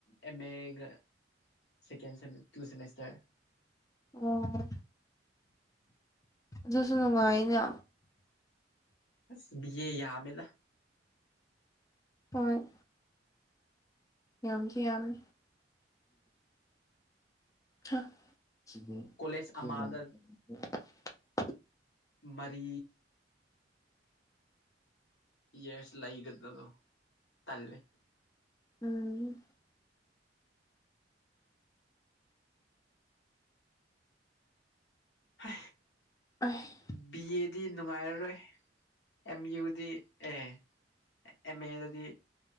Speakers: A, on the left; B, on the left.
A: ꯑꯦꯝ ꯑꯦꯒ ꯁꯦꯀꯦꯟ ꯁꯦꯃꯦ ꯇꯨ ꯁꯦꯃꯤꯁꯇꯔ
B: ꯑꯣ ꯑꯗꯨꯁꯨ ꯅꯨꯡꯉꯥꯏꯅ
A: ꯑꯁ ꯕꯤ ꯑꯦ ꯌꯥꯝꯃꯦꯗ
B: ꯍꯣꯏ ꯌꯥꯝꯗꯤ ꯌꯥꯝꯃꯦ ꯍ ꯁꯤꯗꯤ
A: ꯀꯣꯂꯦꯖ
B: <unintelligible>
A: ꯑꯃꯗ ꯃꯔꯤ ꯌꯦꯁ ꯂꯩꯥꯒꯗꯕꯗꯣ ꯇꯜꯂꯦ
B: ꯎꯝ
A: ꯍꯦ
B: ꯑꯁ
A: ꯕꯤ ꯑꯦꯗꯤ ꯅꯨꯡꯉꯥꯏꯔꯔꯣꯏ ꯑꯦꯝ ꯌꯨꯗꯤ ꯑꯦ ꯑꯦꯝ ꯑꯦꯗꯗꯤ